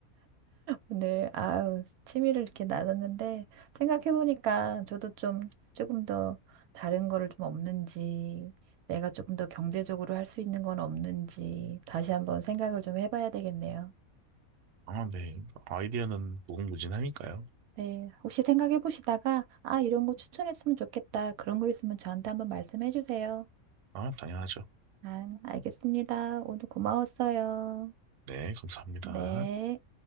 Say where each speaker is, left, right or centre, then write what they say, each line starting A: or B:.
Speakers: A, on the right; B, on the right.
A: 오늘, 아유, 취미를 이렇게 나눴는데, 생각해보니까 저도 좀, 조금 더 다른 거를 좀 없는지, 내가 조금 더 경제적으로 할 수 있는 건 없는지, 다시 한번 생각을 좀 해봐야 되겠네요.
B: 아, 네. 아이디어는 무궁무진하니까요.
A: 네, 혹시 생각해 보시다가, 아, 이런 거 추천했으면 좋겠다. 그런 거 있으면 저한테 한번 말씀해 주세요.
B: 아, 당연하죠.
A: 아, 알겠습니다. 오늘 고마웠어요.
B: 네, 감사합니다.
A: 네.